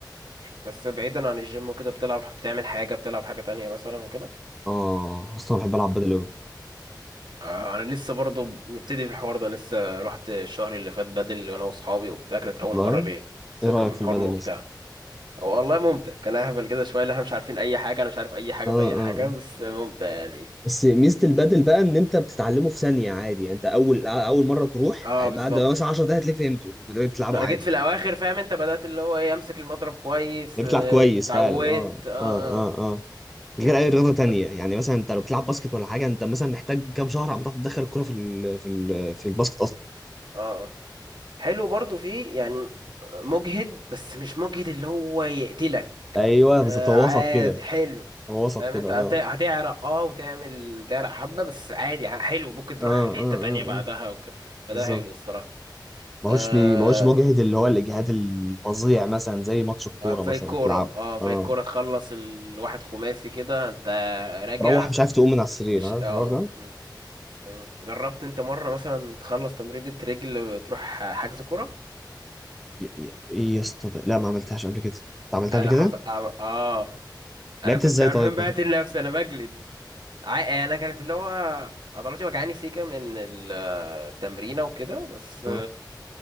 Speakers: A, on the right (about 75°); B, in the centre.
A: بس بعيدا عن الجيم وكده بتلعب بتعمل حاجه بتلعب حاجه تانية مثلا وكده
B: اه اصلا بحب العب بدل اوي
A: آه، انا لسه برضه مبتدي في الحوار ده لسه رحت الشهر اللي فات بدل وانا واصحابي وبتاع كانت اول
B: والله
A: مره ليه بس
B: ايه
A: كان
B: رأيك في
A: حوار
B: البدل
A: ممتع
B: اصلا
A: هو والله ممتع كان اهبل كده شويه اللي احنا مش عارفين اي حاجه انا مش عارف اي حاجه
B: اه اه
A: في اي حاجه
B: آه.
A: بس ممتع يعني
B: بس ميزة البدل بقى ان انت بتتعلمه في ثانية عادي يعني انت اول اول مرة تروح
A: اه
B: بعد
A: بالظبط
B: مثلا 10 دقايق هتلاقيك فهمته بتلعبه
A: انا
B: عادي
A: جيت في الاواخر فاهم انت بدات اللي هو ايه امسك المضرب كويس
B: بتلعب
A: آه،
B: كويس
A: اتعودت
B: فعلا اه
A: اه
B: اه اه
A: اه
B: اه غير
A: حلو
B: اي رياضه تانية
A: ب-
B: يعني مثلا انت لو بتلعب باسكت ولا حاجه انت مثلا محتاج كام شهر عم تعرف تدخل الكره في ال في ال في الباسكت اصلا
A: اه آه. حلو برضه فيه يعني مجهد بس مش مجهد اللي هو يقتلك
B: ايوه
A: آه
B: بالظبط هو
A: عادي
B: وسط كده
A: حلو
B: هو وسط
A: فاهم
B: كده
A: انت
B: اه
A: هت- هتعرق اه وتعمل تعرق حبة بس عادي ح- حلو ممكن تروح
B: اه اه
A: حتة
B: اه,
A: تانية بعدها
B: آه.
A: وكده فده
B: بالظبط
A: حلو الصراحة
B: ماهوش
A: آه
B: بي... ماهوش مجهد اللي هو الاجهاد الفظيع مثلا زي ماتش الكوره
A: آه، زي
B: مثلا
A: الكورة
B: تلعبه
A: اه زي
B: اه
A: الكورة تخلص الواحد خماسي كده انت راجع
B: تروح مش عارف تقوم من على السرير
A: مش
B: عارف
A: اه
B: الحوار ده
A: مم، مم. جربت انت مرة مثلا تخلص تمرينة رجل تروح حجز كورة
B: ي- ي- ايه يا اسطى ده؟ لا ما عملتهاش قبل كده انت عملتها
A: انا
B: قبل كده
A: حف... اه آه. انا
B: لعبت
A: كنت
B: ازاي
A: عارفين
B: طيب
A: بقتل نفسي انا بجلد عا- انا كانت اللي هو عضلاتي وجعاني سيكا من ال- التمرينة وكده بس
B: اه